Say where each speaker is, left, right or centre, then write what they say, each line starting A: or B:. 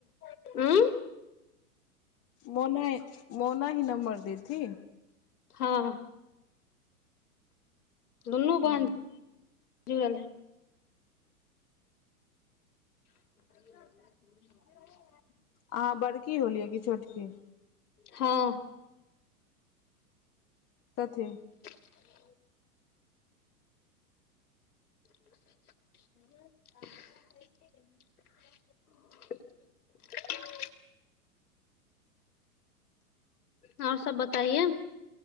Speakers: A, on the left; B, on the left.
A: हुँ म
B: मोना मोना ही नम्बर दीथी
A: हँ दुनू
B: हूँ
A: बहन जूलै <inaudible>
B: अहाँ बड़की होलियै कि छोटकी
A: हँ
B: कथी
A: ह <unintelligible> आओर सब बताइए